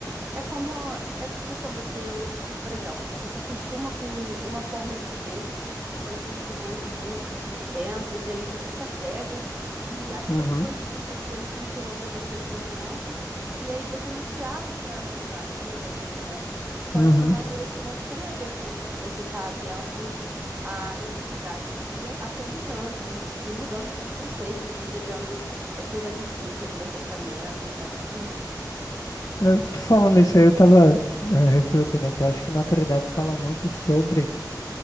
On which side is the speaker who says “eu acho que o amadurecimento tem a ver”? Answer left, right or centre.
Right